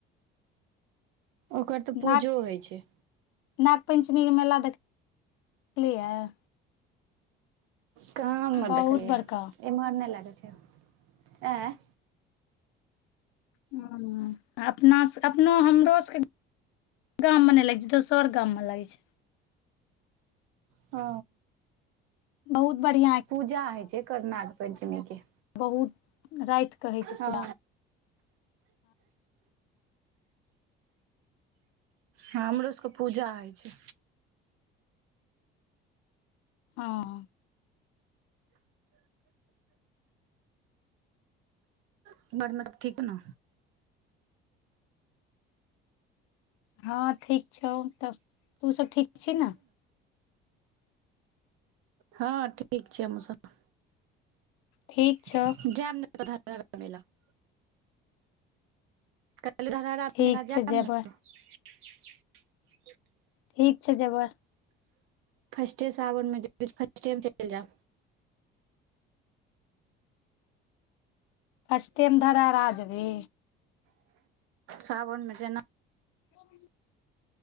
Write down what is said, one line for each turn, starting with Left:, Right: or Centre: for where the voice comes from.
Right: ओकर तऽ पूजो
Left: नाग
Right: होय छैय
Left: नाग पंचमीके मेला देख--लियैये
Right: कहाँ एम्हर
Left: बहुत
Right: देखलियै
Left: बड़का
Right: ये एम्हर नहि लागै छैय ऐं
Left: <unintelligible> नास अपनो हमरो सबके--गाममे नहि लगै छैय दोसर गाममे लागै छैय
Right: ओ
Left: बहुत बढ़िआ
Right: पूजा होइ छै करर्नाग पञ्चमी के
Left: बहुत राति के होइ छै
Right: हँ
Left: पूजा
Right: हँ हमरो सभके पूजा होइ छै
Left: हँ
Right: <unintelligible> ठीक ने
Left: हँ ठीक छौ तब तू सब ठीक छी ने
Right: हँ ठीक छै हम सब
Left: ठीक
Right: <unintelligible>
Left: छौ
Right: <unintelligible>
Left: ठीक छै जेबै ठीक छै जेबै
Right: फर्स्टेसँ आावनमे जेबह तऽ फर्स्टेमे चलि जाउ
Left: फस्ट टाइम धरा राज जबी
Right: सावन मे जेना
Left: <unintelligible>